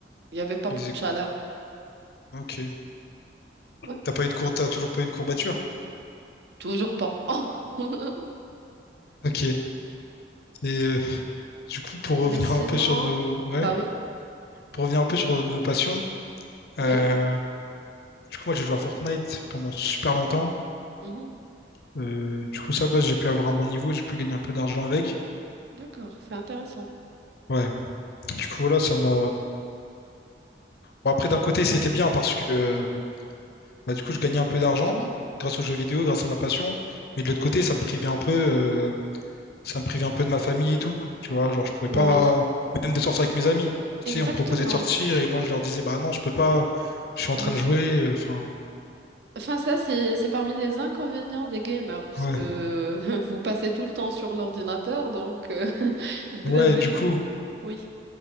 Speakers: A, on the right; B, on the left.
A: Il n'y avait pas
B: il
A: beaucoup
B: faisait...
A: de chaleur.
B: Ok.
A: Ouais.
B: T'as pas eu de cour... T'as toujours pas eu de courbature?
A: Toujours pas. <laughs>
B: Ok. Et euh, du coup, pour
A: Mais
B: revenir
A: sinon,
B: un peu sur nos... Ouais,
A: ah bah oui,
B: pour revenir un peu sur nos passions,
A: oui.
B: euh, du coup, moi, j'ai joué à Fortnite pendant super longtemps.
A: mhm.
B: Euh, du coup, ça va, j'ai pu avoir un bon niveau, j'ai pu gagner un peu d'argent avec.
A: D'accord, c'est intéressant.
B: Ouais. Du coup, voilà, ça m'a... Bon, après, d'un côté, c'était bien parce que euh, bah, du coup, je gagnais un peu d'argent
A: Mhm.
B: grâce aux jeux vidéo, grâce à ma passion. Mais de l'autre côté, ça me privait un peu, euh, ça me privait un peu de ma famille et tout. Tu vois, genre, je pouvais
A: Oui,
B: pas, même de sortir avec mes amis. Tu
A: exactement.
B: sais, on me proposait de sortir et moi, je leur disais, bah non, je peux pas, je suis en
A: Oui.
B: train de jouer. euh, Enfin,
A: Enfin, ça, c'est, c'est parmi les inconvénients des gamers, parce
B: ouais.
A: que <laughs> vous passez tout le temps sur l'ordinateur, donc euh, <laughs> vous
B: Ouais,
A: avez...
B: du coup,
A: Oui,